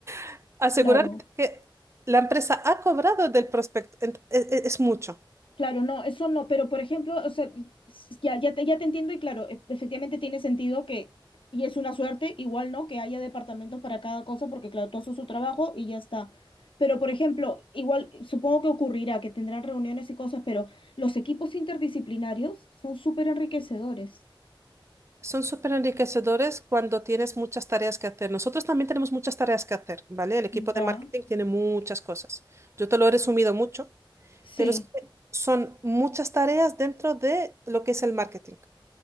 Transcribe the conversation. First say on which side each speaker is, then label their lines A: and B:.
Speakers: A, on the right; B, on the left.
A: <laughs> asegurarme
B: claro.
A: que la empresa ha cobrado del prospecto, ent- e- e- es mucho.
B: Claro, no, eso no, pero por ejemplo, o sea, s- ya, ya te, ya te entiendo y claro, e- efectivamente tiene sentido que, y es una suerte, igual, ¿no? Que haya departamentos para cada cosa, porque claro, todo eso es su trabajo y ya está. Pero por ejemplo, igual, supongo que ocurrirá, que tendrán reuniones y cosas, pero los equipos interdisciplinarios son súper enriquecedores.
A: Son súper enriquecedores cuando tienes muchas tareas que hacer. Nosotros también tenemos muchas tareas que hacer, ¿vale? El equipo de
B: Ya,
A: marketing tiene muchas cosas. Yo te lo he resumido mucho,
B: sí,
A: pero es que son muchas tareas dentro de lo que es el marketing,